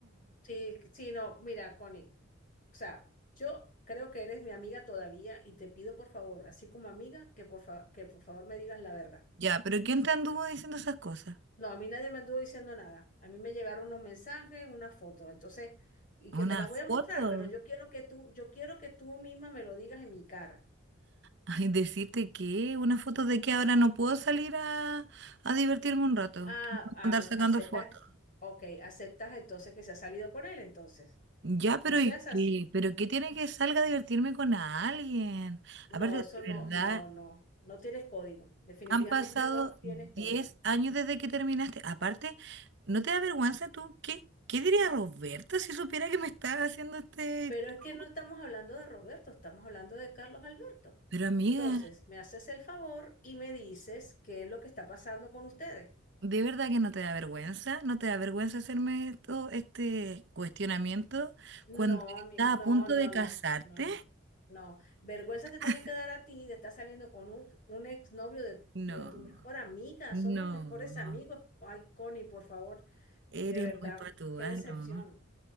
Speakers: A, on the left; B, on the right.
A: Sí, sí, no, mira, Connie. O sea, yo creo que eres mi amiga todavía y te pido por favor, así como amiga, que por fa- que por favor me digas la verdad.
B: Ya, pero ¿quién te anduvo diciendo esas cosas?
A: No, a mí nadie me anduvo diciendo nada. A mí me llegaron unos mensajes, unas fotos, entonces, y que
B: ¿Una
A: te las voy a
B: foto?
A: mostrar, pero yo quiero que tú, yo quiero que tú misma me lo digas en mi cara.
B: Ay, decirte que una foto de que ahora no puedo salir a, a divertirme un rato,
A: Ah,
B: que me van
A: ah,
B: a andar sacando
A: aceptas,
B: fotos.
A: ok, aceptas entonces que se ha salido con él, entonces.
B: Ya, pero
A: No seas
B: ¿y
A: así.
B: qué? ¿Pero qué tiene que salga a divertirme con alguien?
A: No,
B: Aparte,
A: eso
B: de
A: no,
B: verdad,
A: no, no, no tienes código. Definitivamente
B: han pasado
A: no tienes
B: 10
A: código.
B: años desde que terminaste. Aparte, ¿no te da vergüenza tú? ¿Qué, qué diría Roberto si supiera que me estaba haciendo este...
A: Pero es
B: show?
A: que no estamos hablando de Roberto, estamos hablando de Carlos Alberto.
B: Pero amiga...
A: Entonces, me haces el favor y me dices qué es lo que está pasando con ustedes.
B: ¿De verdad que no te da vergüenza? ¿No te da vergüenza hacerme esto, este cuestionamiento
A: No,
B: cuando estás
A: amigo, no,
B: a punto
A: no,
B: de
A: no,
B: casarte?
A: no, no. Vergüenza
B: <laughs>
A: te tiene que dar a ti de estar saliendo con un, un exnovio de,
B: No,
A: de tu mejor amiga.
B: no,
A: Somos mejores amigos. Ay, Connie, por favor,
B: eres
A: de verdad,
B: muy patúa,
A: qué decepción,
B: no.